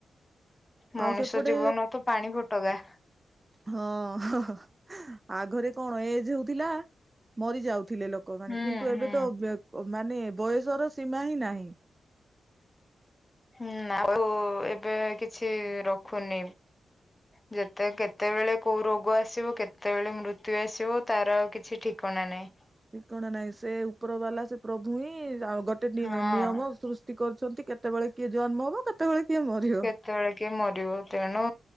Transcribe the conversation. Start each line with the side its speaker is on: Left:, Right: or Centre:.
Left: ମଣିଷ
Right: ଆଉ ସେପଟେ
Left: ଜୀବନ ତ ପାଣି ଫୋଟକା।
Right: ହଁ ଆଗରେ କଣ ଏଜ୍ ହଉଥିଲା ମରିଯାଉଥିଲେ ଲୋକ। ଲୋକ ମାନେ
Left: ହୁଁ
Right: କିନ୍ତୁ ଏବେ
Left: ହୁଁ
Right: ତ ମାନେ ବୟସର ସୀମା ହିଁ ନାହିଁ।
Left: ହୁଁ ଆଉ ଏବେ କିଛି ରଖୁନି। ଯେତେ କେତେବେଳେ କୋଉ ରୋଗ ଆସିବ କେତେବେଳେ ମୃତ୍ୟୁ ଆସିବ ତାର ଆଉ କିଛି ଠିକଣା ନାହିଁ।
Right: ଠିକଣା ନାଇଁ ସେ ଉପର ବାଲା ସେ ପ୍ରଭୁ ହିଁ ଗୋଟେ
Left: ହଁ
Right: ନିୟମ ସୃଷ୍ ତି କରୁଛନ୍ତି କେତେବେଳେ କିଏ ଜନ୍ମ ହବ କେତେବେଳେ କିଏ ମରିବ।
Left: କେତେବେଳେ କିଏ ମରିବ ତେଣୁ